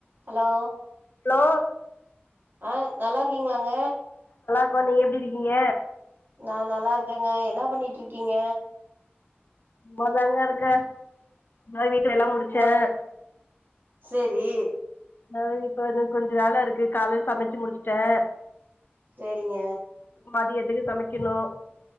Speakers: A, on the right; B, on the left.
A: Hello
B: hello
A: ஆ நல்லாருகீங்ளாங்க
B: க்கோ நீங்க எப்டி இருக்கீங்க
A: நா நல்லா இருக்கேங்க என்ன பண்ணிட்ருக்கீங்க
B: சும்மாதாங்கருக்க மரிவீட் டு வேல்லா முடுச்சே
A: சும்மாதா சேரி
B: ஆ இப்ப வந்து கொஞ்சொ வேல இருக்கு காலைல் சமச்சு முடுச்சுட்டே
A: சேரிங்க
B: மதியத்துகு சமக்கெணு